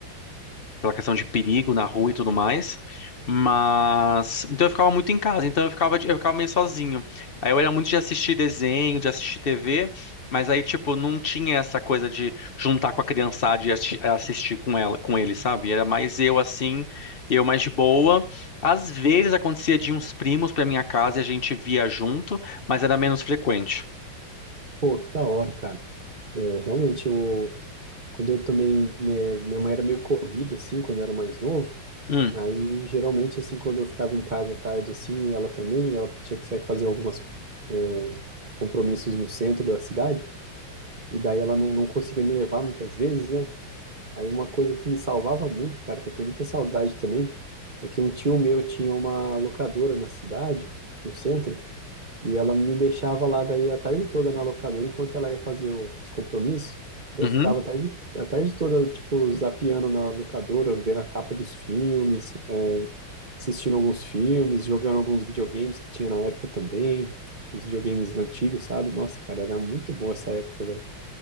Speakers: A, on the left (about 45°); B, on the right (about 55°).
A: pela questão de perigo na rua e tudo mais. Mas então eu ficava muito em casa, então eu ficava de- eu ficava meio sozinho. Aí eu era muito de assistir desenho, de assistir TV, mas aí tipo não tinha essa coisa de juntar com a criançada e assisti- assistir com ela, com ele, sabe? Era mais eu assim, eu mais de boa. Às vezes acontecia de uns primos pra minha casa e a gente via junto, mas era menos frequente.
B: Pô, que da hora, cara. É, realmente, eu, quando eu também. Minha, minha mãe era meio corrida, assim, quando eu era mais novo.
A: Hum,
B: Aí, geralmente, assim, quando eu ficava em casa à tarde, assim, ela também, ela tinha que sair fazer algumas, é, compromissos no centro da cidade. E daí ela não, não conseguia me levar muitas vezes, né? Aí uma coisa que me salvava muito, cara, que eu tenho muita saudade também, é que um tio meu tinha uma locadora na cidade, no centro, e ela me deixava lá daí a tarde toda na locadora enquanto ela ia fazer o- os compromissos. Daí
A: uhum.
B: eu ficava a tarde, a tarde toda, tipo, zapeando na locadora, vendo a capa dos filmes, é, assistindo alguns filmes, jogando alguns videogames que tinha na época também, os videogames antigos, sabe? Nossa, cara, era muito boa essa época, velho.